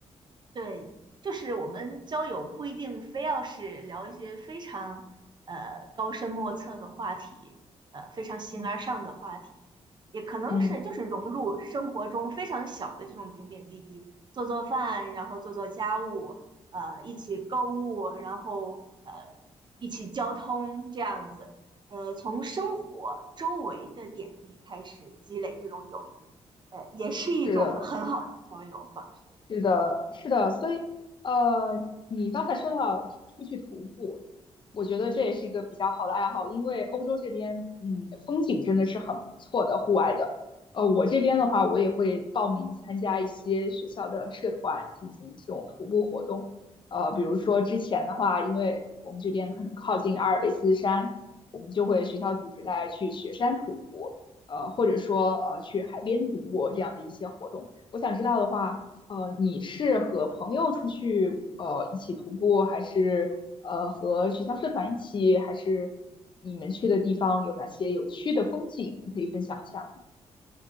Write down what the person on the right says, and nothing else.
对，就是我们交友不一定非要是聊一些非常呃高深莫测的话题，呃非常形而上的话题，
也可能是就是融入生活中非常小的这种点点滴滴，
做做饭，然后做做家务，呃一起购物，然后呃一起交通这样子，呃从生活周围的点滴开始积累这种友谊，呃也是一种很好的交友方式。